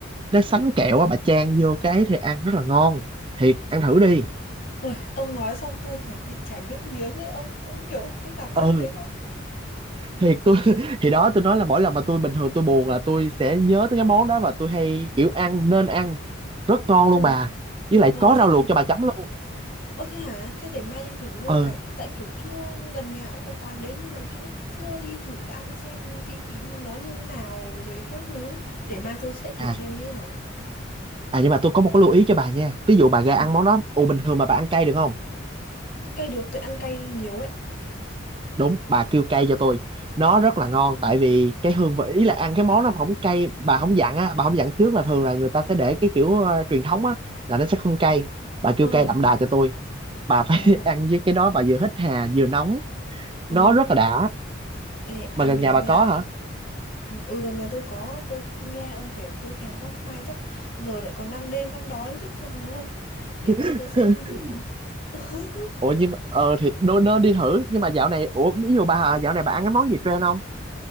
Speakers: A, on the right; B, on the left.
A: cái sánh kẹo á bà chan vô cái ấy thì ăn rất là ngon thiệt ăn thử đi
B: Ôi, ông nói xong tôi kiểu bị chảy nước miếng ấy ông ông hiểu cái cảm giác
A: ừ
B: đấy không?
A: thiệt tôi <laughs> thì đó tôi nói là mỗi lần mà tôi bình thường tôi buồn là tôi sẽ nhớ tới cái món đó và tôi hay kiểu ăn nên ăn rất ngon
B: Ừ.
A: luôn bà với lại
B: Ờ
A: có
B: thế
A: rau luộc
B: thì
A: cho bà chấm luôn
B: Ơ thế hả? Thế để mai đi thử luôn
A: ừ
B: cả tại kiểu chưa gần nhà ông có quán đấy nhưng mà chúng chưa đi thử ăn xem vị nó như thế nào rồi các thứ để mai tôi sẽ thử
A: à
B: xem như thế nào.
A: à nhưng mà tôi có một cái lưu ý cho bà nha ví dụ bà ra
B: Ừ.
A: ăn món đó ồ bình thường mà bà ăn cay được không
B: Ăn cay được, tôi ăn cay nhiều ấy.
A: đúng bà kêu cay cho tôi nó rất là ngon
B: Ừ.
A: tại vì cái hương vị ý là ăn cái món nó không cay bà không dặn á bà không dặn trước là thường là người ta sẽ để cái kiểu ờ, truyền thống á là nó sẽ không cay bà kêu
B: Ờ.
A: cay đậm đà cho tôi bà phải
B: Ồ,
A: <laughs> ăn với cái đó bà vừa hít hà vừa nóng
B: ừ,
A: nó rất là đã
B: ê,
A: mà
B: ăn
A: gần
B: được
A: nhà bà
B: nha.
A: có hả
B: Ừ gần nhà tôi có Tôi nghe ông kể tôi thèm quá Mai chắc giờ lại còn đang đêm đang đói chứ Trời ơi Để mai
A: <laughs>
B: tôi sẽ đi thử <laughs>
A: ủa nhưng mà ờ thì nó nó đi thử nhưng mà dạo này ủa ví dụ bà Hà, dạo này bà ăn cái món gì trend không